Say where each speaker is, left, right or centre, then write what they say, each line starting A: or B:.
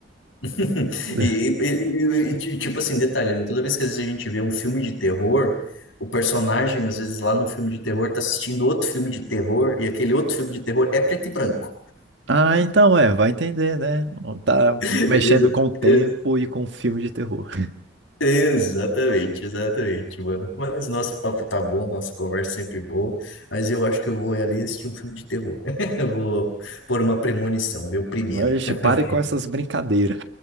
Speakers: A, on the left; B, on the right.
A: <laughs>
B: <laughs>
A: E, e- e- e, tipo assim, detalhe, né? Toda vez que às vezes a gente vê um filme de terror, o personagem, às vezes lá no filme de terror, tá assistindo outro filme de terror, e aquele outro filme de terror é preto e branco.
B: Ah, então é, vai entender, né? Tá
A: <laughs> Exa-
B: mexendo com o tempo
A: ex-
B: e com filme de terror. <laughs>
A: Exatamente, exatamente, mano. Mas nosso papo tá bom, nossa conversa sempre boa, mas eu acho que eu vou ali assistir um filme de terror. <laughs> Eu vou pôr uma premonição, ver o primeiro.
B: Oxe,
A: <laughs>
B: pare com essas brincadeiras.